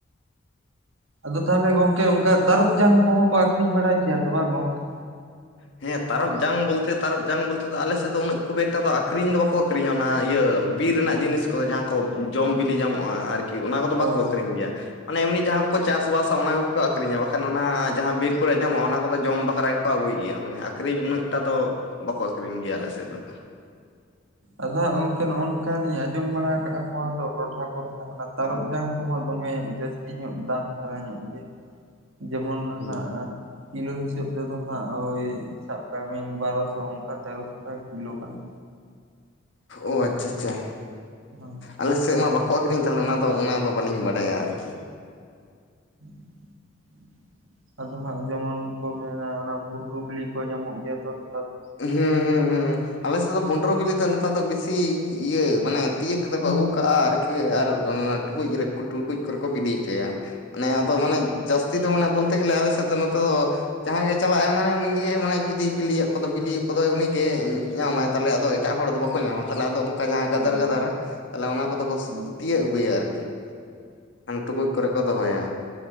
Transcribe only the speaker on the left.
ᱦᱮ ᱛᱟᱨᱚᱵ ᱡᱟᱝ ᱵᱚᱞᱛᱮ ᱛᱟᱨᱚᱵ ᱡᱟᱝ ᱵᱚᱞᱛᱮ ᱫᱚ ᱟᱞᱮ ᱥᱮᱫ ᱫᱚ ᱩᱱᱟᱹᱜ ᱠᱷᱩᱵ ᱮᱠᱴᱟ ᱫᱚ ᱟᱠᱷᱨᱤᱧ ᱫᱚ ᱵᱟᱠᱚ ᱟᱠᱷᱨᱤᱧᱟ ᱚᱱᱟ ᱤᱭᱟᱹ ᱵᱤᱨ ᱨᱮᱱᱟᱜ
ᱡᱤᱱᱤᱥ ᱠᱚᱫᱚ ᱡᱟᱦᱟᱸ ᱠᱚ ᱡᱚᱢ ᱵᱤᱞᱤ ᱧᱟᱢᱚᱜᱼᱟ ᱟᱨᱠᱤ ᱚᱱᱟ ᱠᱚᱫᱚ
ᱵᱟᱠᱚ ᱟᱹᱠᱷᱨᱤᱧ ᱜᱮᱭᱟ᱾ ᱢᱟᱱᱮ ᱮᱢᱱᱤ ᱡᱟᱦᱟᱸ ᱠᱚᱠᱚ ᱪᱟᱥ ᱵᱟᱟᱥᱟ ᱚᱱᱟ ᱠᱚᱜᱮ ᱠᱚ ᱟᱠᱷᱨᱤᱧᱟ ᱵᱟᱠᱷᱟᱱ ᱚᱱᱟ ᱡᱟᱦᱟᱸ ᱵᱤᱨ ᱠᱚᱨᱮ ᱧᱟᱢᱚᱜᱼᱟ ᱚᱱᱟ ᱠᱚᱫᱚ ᱡᱚᱢ ᱵᱟᱠᱷᱨᱟ ᱜᱮᱠᱚ ᱟᱹᱜᱩᱭ ᱜᱮᱭᱟ᱾ ᱢᱟᱱᱮ ᱟᱠᱷᱨᱤᱧ ᱩᱱᱟᱹᱜᱴᱟ ᱫᱚ ᱵᱟᱠᱚ ᱟᱠᱷᱨᱤᱧ ᱜᱮᱭᱟ ᱟᱞ ᱥᱮᱫ ᱫᱚ᱾
ᱦᱩᱸ
ᱚ ᱟᱪᱪᱷᱟ ᱟᱪᱪᱷᱟ᱾
ᱟᱞᱮ ᱥᱮᱫ ᱢᱟ ᱵᱟᱠᱚ ᱟᱹᱠᱷᱨᱤᱧ ᱛᱟᱦᱚᱞᱮ ᱚᱱᱟᱫᱚ ᱚᱱᱟᱫᱚ ᱵᱟᱹᱞᱤᱧ ᱵᱟᱰᱟᱭᱟ ᱟᱨᱠᱤ᱾
ᱦᱩᱸ ᱦᱩᱸ ᱦᱩᱸ᱾ ᱟᱞᱮ ᱥᱮᱫ ᱫᱚ ᱵᱷᱩᱱᱰᱨᱳ ᱵᱤᱞᱤ ᱫᱚ ᱱᱮᱛᱟᱨ ᱫᱚ ᱵᱤᱥᱤ ᱤᱭᱟᱹ ᱢᱟᱱᱮ ᱛᱤᱭᱟᱜ ᱠᱟᱛᱮ ᱠᱚ ᱟᱹᱜᱩ ᱠᱟᱜᱼᱟ ᱟᱨ ᱠᱤ ᱟᱨ
ᱚᱱ-ᱚᱱᱟ ᱴᱩᱠᱩᱡ ᱨᱮ ᱴᱩᱠᱩᱡ ᱠᱚᱨᱮ ᱠᱚ ᱵᱤᱫ ᱦᱚᱪᱚᱭᱟ᱾ ᱢᱟᱱᱮ ᱟᱫᱚ ᱢᱟᱱᱮ ᱡᱟᱹᱥᱛᱤ ᱫᱚ ᱢᱟᱱᱮ ᱵᱚᱞᱛᱮ ᱜᱮᱞᱮ ᱟᱞᱮ ᱥᱮᱫ ᱫᱚ ᱱᱚᱛᱮ ᱫᱚ ᱡᱟᱦᱟᱸᱭ ᱜᱮ ᱪᱟᱞᱟᱜ ᱟᱭ ᱢᱟᱱᱮ ᱩᱱᱤᱜ ᱢᱟᱱᱮ ᱡᱩᱫᱤ ᱵᱤᱞᱤᱭᱮᱫ ᱠᱚᱫᱚ ᱵᱤᱞᱤᱭᱮᱫ ᱠᱚᱫᱚᱭ ᱩᱱᱤᱜᱮ ᱧᱟᱢᱟᱭ ᱛᱟᱦᱚᱞᱮ ᱟᱫᱚ ᱮᱴᱟᱜ ᱦᱚᱲᱫᱚ ᱵᱟᱠᱚ ᱧᱟᱢᱟ ᱛᱟᱦᱚᱞᱮ ᱟᱫᱚ ᱚᱱᱠᱟ ᱡᱟᱦᱟᱸ
ᱜᱟᱫᱟᱨ ᱜᱟᱫᱟᱨᱟᱜ ᱛᱟᱦᱞᱮ ᱚᱱᱟ ᱠᱚᱫᱚ ᱠᱚ
ᱛᱤᱭᱳᱜ ᱟᱜᱩᱭᱟ ᱟᱨᱠᱤ᱾ ᱠᱷᱟᱱ ᱴᱩᱠᱩᱡ ᱠᱚᱨᱮᱜ᱾ ᱠᱚ ᱫᱚᱦᱚᱭᱟ᱾